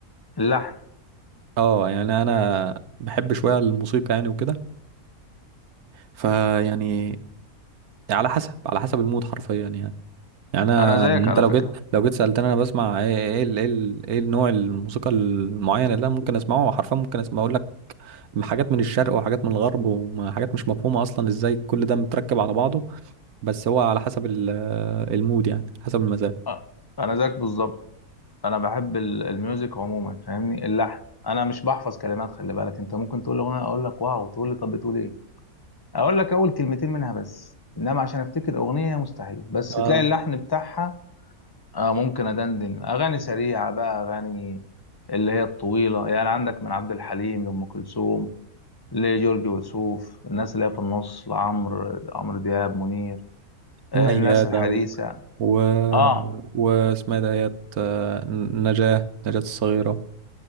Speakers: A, on the left; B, on the right.
A: اللحن
B: اه يعني انا بحب شويه الموسيقى يعني وكده فيعني على حسب على حسب المود حرفيا يعني يعني انا
A: انا زيك
B: يعني انت
A: على
B: لو
A: فكرة
B: جيت لو جيت سالتني انا بسمع ايه ايه ال- ايه ال- ايه النوع الموسيقى المعين اللي انا ممكن اسمعه حرفيا ممكن اسمع اقول لك حاجات من الشرق وحاجات من الغرب وحاجات مش مفهومه اصلا ازاي كل ده متركب على بعضه بس هو على حسب ال- المود يعني حسب المزاج
A: آه، انا زيك بالظبط انا بحب ال- الميوزك عموما فاهمني اللحن انا مش بحفظ كلمات خلي بالك انت ممكن تقول اغنيه اقول لك واو تقول لي طب بتقول ايه اقول لك اول كلمتين منها بس انما عشان افتكر اغنيه مستحيل بس
B: آه،
A: تلاقي اللحن بتاعها آه ممكن ادندن اغاني سريعه بقى اغاني اللي هي الطويله يعني عندك من عبد الحليم لام كلثوم لجورج وسوف الناس اللي هي في النص لعمرو عمرو دياب منير آه،
B: ام ميادة
A: الناس الحديثه
B: و و
A: اه
B: واسمها إيه دهيت آه، نجاة نجاة الصغيرة